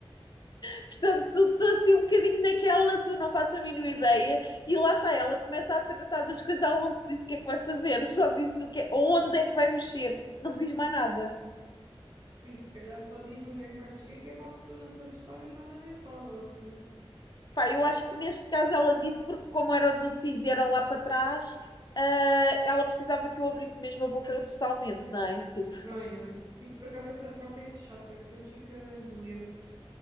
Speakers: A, on the left; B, on the right.
A: Portanto, estou assim um bocadinho naquela, tu não faço a mínima ideia, e lá está, ela começa a tratar das coisas, ela não te disse o que é que vai fazer, <laughs> só disse o que é, onde é que vai mexer, não me diz mais nada.
B: Por isso, se calhar só diz onde é que vai mexer, que é para a pessoa não se assustar e lhe dar uma dentada ou assim.
A: Pá, eu acho que neste caso ela disse, porque como era o do CIS e era lá para trás, ah, ela precisava que eu abrisse mesmo a boca totalmente, não é? Tipo,
B: Não é? Isto por acaso essa parte é chata, que depois fica a doer.